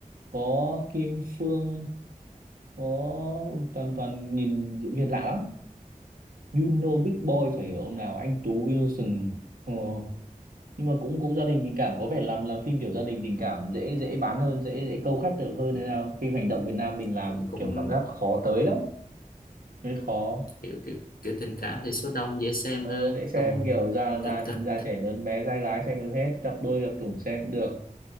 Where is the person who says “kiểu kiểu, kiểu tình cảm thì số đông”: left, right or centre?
Left